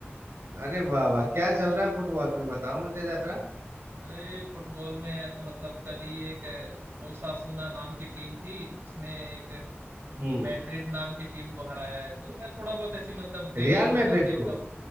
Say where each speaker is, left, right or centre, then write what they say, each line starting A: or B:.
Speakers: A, on the right; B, on the right.
A: अरे वाह वाह क्या चल रहा है फुटबॉल में बताओ मुझे जरा
B: अरे फुटबॉल में या कि मतलब कल ही एक अ, ओसासुना नाम की टीम थी उसने एक
A: हम्म
B: मैड्रिड नाम की टीम को हराया है तो मैं थोड़ा बहुत ऐसी मतलब देख
A: रियल
B: मतलब
A: मैड्रिड
B: देखता
A: को
B: हूँ